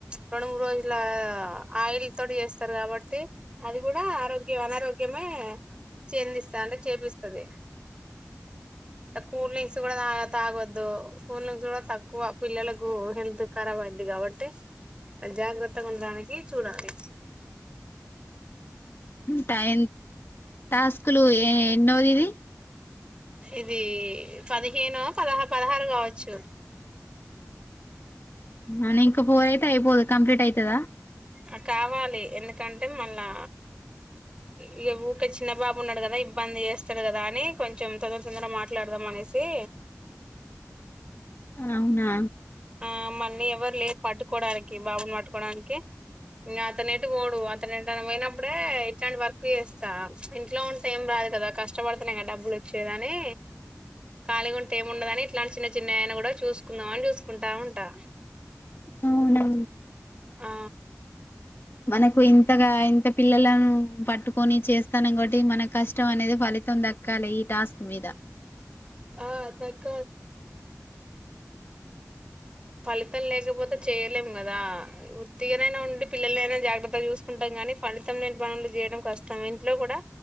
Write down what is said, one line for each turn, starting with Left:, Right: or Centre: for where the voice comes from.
Right: రెండు మూడు రోజుల ఆయిల్ తోటి చేస్తారు కాబట్టి అది కూడా ఆరోగ్య అనారోగ్య ముమే చెందిస్తా అంటే చేపిస్తుది కూల్ డ్రింక్స్ కూడా తాగ తాగొద్దు కూల్ డ్రింక్స్ కూడా తక్కువ పిల్లల ఓ హెల్త్ ఖరాబ్ అయ్యిద్ధి కాబట్టి జాగ్రత్తగా ఉండడానికి చూడాలి
Left: టై టాస్కులు ఏ ఎన్నో దిది
Right: ఇది పదిహేనో పదహ పదహారు కావచ్చు
Left: అవు ఇంకా ఫోర్ అయితే అయిపోదు కంప్లీట్ అయితదా
Right: ఆ కావాలి ఎందుకంటే మళ్ళా ఇగ ఊక చిన్న బాబు ఉన్నాడు కదా ఇబ్బంది చేస్తాడు కదా అని కొంచెం తొందర తొందర మాట్లాడదాం అనేసి
Left: అవునా
Right: ఆ మళ్ళీ ఎవరు లేరు పట్టుకోవడానికి బాబుని పట్టుకోవడానికి ఇంకా అతను ఎటు పోడు అతను ఎటైనా పోయినప్పుడే ఇట్లాంటి వర్క్ చేస్తా ఇంట్లో ఉంటా ఏం రాదు కదా కష్టపడుతున్నా డబ్బులు ఒచ్చేదని ఖాళగా ఉంటే ఏమి ఉండదని ఇట్లాంటి చిన్న చిన్న కూడా చూసుకుందాం అని చూసుకుంటా ఉంటా
Left: అవునా
Right: ఆ
Left: మనకు ఇంతగా ఇంత పిల్లలను పట్టుకొని చేస్తానం కాబట్టి మన కష్టం అనేది ఫలితం దక్కాలె ఈ టాస్క్ మీద
Right: ఆ దక్కా ఫలితం లేకపోతే చేయ లేం కదా ఉత్తిగానైన ఉండి పిల్లల్ని అయినా జాగ్రత్తగా చూసుకుంటాం కానీ ఫలితం లేని పనులు చేయడం కష్టమే ఇంట్లో కూడా